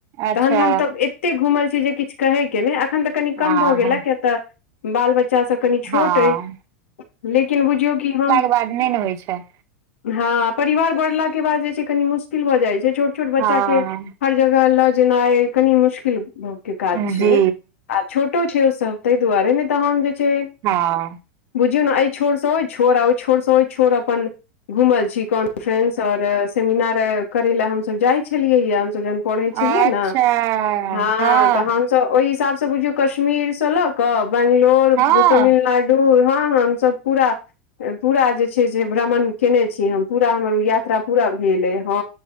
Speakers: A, on the right; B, on the left.
A: अच्छा
B: तखन हम तऽ एतेक घूमल छी जे किछु कहयके नहि एखन तऽ कनि कम
A: हँ
B: भऽ
A: हँ
B: गेला कियक तऽ बाल बच्चासभ कनि छोट
A: हँ
B: अइ लेकिन बुझियौ कि हम
A: याद नहि ने होई छैय।
B: हँ परिवार बढ़लाके बाद जे छै कनि मुश्किल भऽ जाइत छै छोट छोट बच्चाके
A: हँ
B: हर जगह लऽ जेनाइ अ कनी मुश्किल के काज
A: जी
B: छैय। आ छोटो छै ओसभ ताहि दुआरे ने तऽ हम जे छैय
A: हाँ
B: बुझू न अइ छोड़ स ओई छोड़ आ अय छोड़ स अपन घुमल छी कॉन्फ्रेंस आओर सेमिनार करैय लए हमसब जाय छलियै ह हमसब ज पढ़ैय
A: अच्छा
B: छलिये न ह
A: हँ
B: त हम ओहि हिसाब स बुझयो कश्मीर स लऽ कऽ बैंगलोर
A: हँ
B: तमिलनाड <unintelligible> ह हम सब पुरा पुरा जे छैय से भ्रमण केने छी हम पुरा हमर यात्रा पुरा भेल अइ ह।